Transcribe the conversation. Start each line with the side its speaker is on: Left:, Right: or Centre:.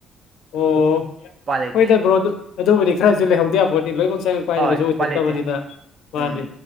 Left: ꯑꯣ
Right: ꯎꯄꯥꯏ ꯂꯩꯇꯦ
Left: ꯍꯣꯏꯗꯕ꯭ꯔꯣ ꯑꯗꯨ ꯑꯗꯨꯕꯨꯗꯤ ꯈꯔꯁꯨ ꯂꯩꯍꯧꯗꯦ ꯌꯥꯕꯣꯠ ꯂꯣꯏꯅꯃꯛ ꯆꯥꯏꯉꯛ ꯄꯥꯏꯗꯅꯒꯩꯁꯨ
Right: ꯍꯣꯏ
Left: ꯑꯣꯏꯊꯣꯛꯇꯕꯅꯤꯅ
Right: ꯎꯄꯥꯏ ꯂꯩꯇꯦ
Left: ꯃꯥꯅꯤ
Right: ꯎꯝ